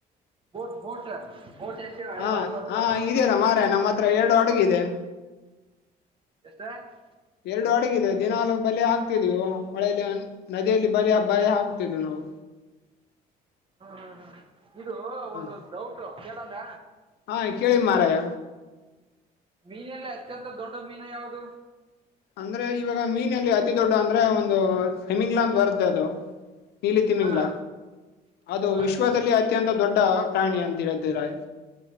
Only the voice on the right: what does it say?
ಬೋಟ್ ಬೋಟ್ ಬೋಟ್ ಹ
ಹ ಹ
ಎಷ್ಟ
ಹ್ಮ್ ಹ್ಮ ಹ ಇದು
ಒಂದು ಡೌಟ್ ಕೇಳಂದ
ಮೀನಲ್ಲ ಅತ್ಯಂತ ದೊಡ್ಡ ಮೀನು ಯಾವುದು
ಹಾ
ಹ